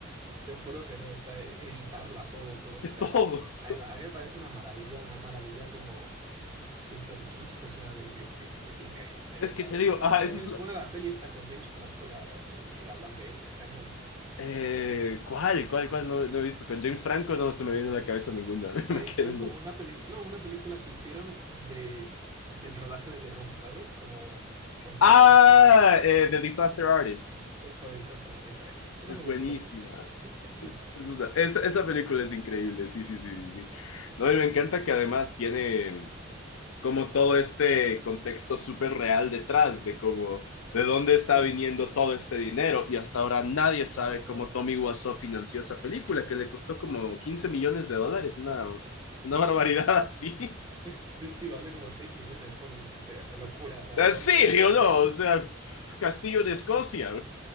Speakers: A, on the right; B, on the left.
A: Te juro que no, o sea, e- editarla todo, todo.
B: de
A: O
B: todo.
A: sea, la- a mí, a mí me parece una maravilla, una maravilla como super kitsch, o sea, es, es, es, es increíble, a mí
B: Es
A: me encanta.
B: que te digo,
A: Y,
B: ah,
A: y también
B: esa es
A: es
B: la...
A: buena la peli esta con James Franco, la, el que hablan de él, eh, también me gusta.
B: Eh, ¿Cuál? ¿Cuál? ¿Cuál? No, no he visto. Con James Franco no se me viene a la cabeza ninguna. <laughs>
A: O sea,
B: me quedo
A: hicieron
B: en
A: como
B: el-
A: una peli, no, una película que hicieron de, del rodaje de The Room, ¿sabes? Como contando
B: Ah,
A: la historia.
B: eh, The Disaster Artist.
A: Eso de Disaster, Artist, esa, esa. Esa
B: Es
A: me
B: buenísima.
A: gustó también. Mm, Sí.
B: Es una- esa, esa película es increíble, sí, sí, sí, sí, sí. No, y me encanta que además tiene como todo este contexto súper real detrás de cómo, de dónde está
A: Mm,
B: viniendo todo este dinero y hasta ahora nadie sabe
A: Claro,
B: cómo
A: claro.
B: Tommy Wiseau financió esa película que le costó como 15 millones de dólares, una, una barbaridad así.
A: Sí, sí, vale como 6 millones, pone Wikipedia. Qué locura,
B: <laughs>
A: o sea,
B: ¿En
A: ¿dónde?
B: serio,
A: es?
B: no? O sea, Castillo de Escocia.